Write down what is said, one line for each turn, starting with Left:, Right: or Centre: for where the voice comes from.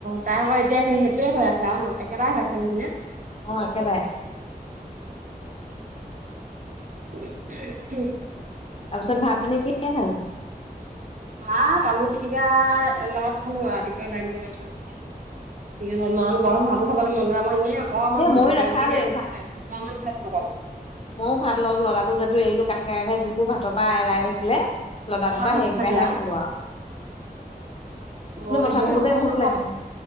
Right: তাই আকৌ এতিয়া সেই সেইটোয়ে হৈ আছে আৰু নাম একেটাই হৈ আছে মোহ নিচিনা
Left: অ একেটাই
Right: উ উম
Left: তাৰপিছত ভাত পানী কি খালে
Right: ভাত আলু পিটিকা লগত খালো ৰাতিপুৱা দাইল বনাই থোৱা আছিলে ইমান গৰম ভাতো খাবলৈ মন য মই এনেই অকমান
Left: এ
Right: ভোক
Left: ময়ো
Right: লাগে
Left: নাখালোৱে
Right: বুলি এ ভ মান খাইছো অকল
Left: ময়ও ভাত ললো ল'ৰাটো এৰিলো কাষে কাষে যিবোৰ ভাতৰ পৰা এৰাই গৈছিলে লদাটোৰ
Right: অ
Left: পৰা
Right: সেইবোৰ
Left: সেইকেইটাহে
Right: খালী আউ
Left: খালো আৰু কিন্তু
Right: মই
Left: পথাৰত
Right: সেই
Left: থাকোতে
Right: অকমান
Left: ভোক লাগিল
Right: খালো